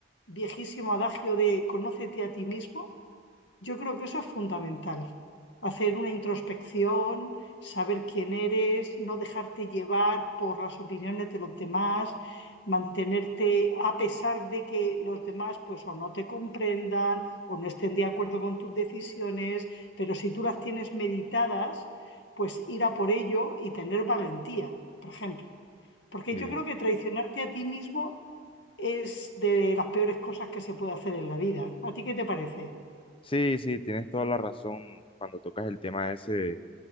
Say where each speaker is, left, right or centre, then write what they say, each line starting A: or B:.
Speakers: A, on the left; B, on the left.
A: viejísimo adagio de conócete a ti mismo. Yo creo que eso es fundamental. Hacer una introspección, saber quién eres, no dejarte llevar por las opiniones de los demás, mantenerte a pesar de que los demás pues o no te comprendan o no estén de acuerdo con tus decisiones, pero si tú las tienes meditadas, pues ir a por ello y tener valentía, por ejemplo. Porque
B: Sí,
A: yo creo que traicionarte a ti mismo es de las peores cosas que se puede hacer en la vida. ¿A ti qué te parece?
B: sí, sí, tienes toda la razón cuando tocas el tema ese de,